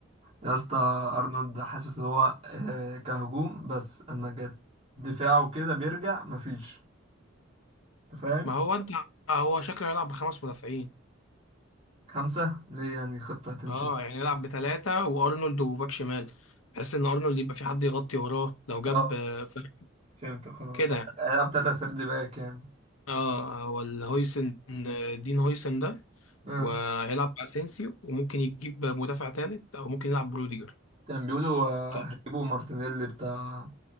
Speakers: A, on the right; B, on the left.
A: يا اسطى ارنولد حاسس ان هو آه، كهجوم بس اما جت دفاعه كده بيرجع مفيش انت فاهم
B: ما هو انت هو شكله يلعب بخمس مدافعين
A: خمسه ليه يعني خطه هتمشي
B: اه يعني يلعب بثلاثة وارنولد وباك شمال بحيث ان ارنولد يبقى في حد يغطي وراه لو جاب
A: اه
B: آه، فرق
A: فهمت خلاص
B: كده يعني.
A: العب تلاته سيرد باك يعني
B: اه ولا هويسن آه، دين هويسن ده
A: اه
B: وهيلعب باسينسيو وممكن يجيب مدافع ثالث او ممكن يلعب بروديجر
A: كان بيقولوا آه،
B: ف-
A: هيجيبوا مارتينيلي بتاع